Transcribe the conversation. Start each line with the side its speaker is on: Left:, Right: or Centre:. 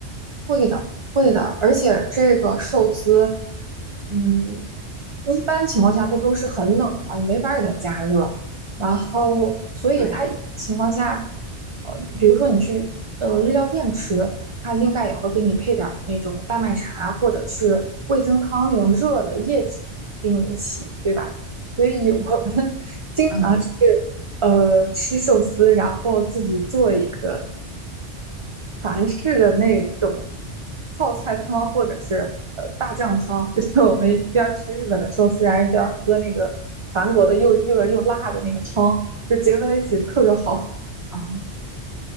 Right: 会的，会的，而且这个寿司，嗯，一般情况下它都是很冷的嘛，你没法给它加热，然后所以它一般情况下，
Centre: 对呀，
Right: 呃，比如说你去呃日料店吃，它应该也会给你配点儿那种大麦茶或者是味增汤那种热的液体给你一起，对吧？所以我们 <laughs> 经常是。
Centre: 嗯，
Right: 呃，吃寿司，然后自己做一个韩式的那种泡菜汤，或者是呃大酱汤，<laughs> 就是我们一边儿吃日本的寿司，然后一边儿喝那个韩国的又热又辣的那个汤，就结合在一起特别好。
Centre: 哦，